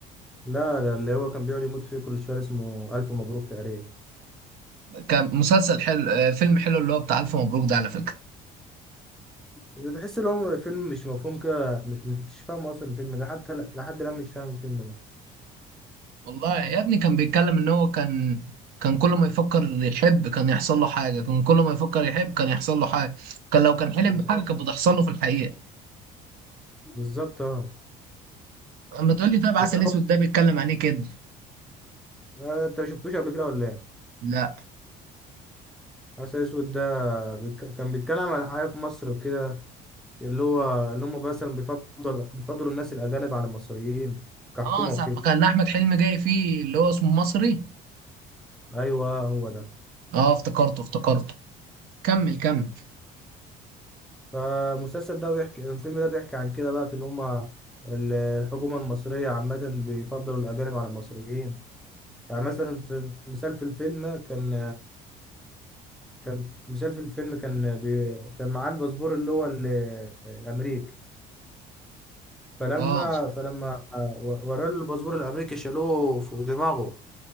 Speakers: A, in the centre; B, on the right.
A: لا لا اللي هو كان بيقعد يموت فيه كل شويه اسمه الف مبروك تقريبا
B: كان مسلسل حلو آه، فيلم حلو اللي هو بتاع ألف مبروك ده على فكرة
A: ده تحس ان هو فيلم مش مفهوم كده مش ما كنتش فاهم اصلا الفيلم ده حتى ل- لحد الان مش فاهم الفيلم ده
B: والله يا ابني كان بيتكلم إن هو كان كان كل ما يفكر يحب كان يحصل له حاجة كان كل ما يفكر يحب كان يحصل له حاجة كان لو كان حلم
A: بالظبط
B: بحاجة كانت بتحصل له في الحقيقة
A: بالظبط اه
B: أما تقول لي طيب عسل
A: و-
B: أسود ده بيتكلم عن إيه كده
A: آه، انت ما شفتوش قبل كده ولا ايه؟
B: لا
A: عسل اسود ده بيك- كان بيتكلم عن الحياه في مصر وكده اللي هو اللي هم مثلا بيفضل بيفضلوا الناس الاجانب على المصريين كحكومه
B: آه ساعة
A: وكده
B: ما كان أحمد حلمي جاي فيه اللي هو اسمه مصري
A: ايوه هو ده
B: آه افتكرته افتكرته كمل كمل
A: فالمسلسل ده بيحكي الفيلم ده بيحكي عن كده بقى اللي هما ال- الحكومة المصرية عامة بيفضلوا الأجانب على المصريين يعني مثلا في مثال في الفيلم كان كان مثال في الفيلم كان بي كان معاه الباسبور اللي هو ال- الأمريكي فلما
B: آه
A: فلما وراه الباسبور الأمريكي شالوه فوق دماغه